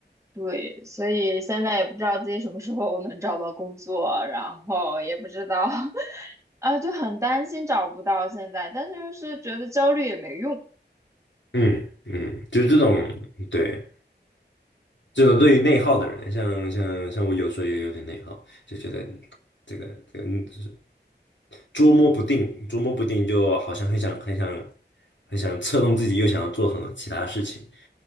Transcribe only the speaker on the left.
嗯嗯，就是这种，对，这种对于内耗的人，像像像我有时候也有点内耗，就觉得这个这个。就是。捉摸不定，捉摸不定，就好像很想很想很想策动自己，又想要做很多其他事情，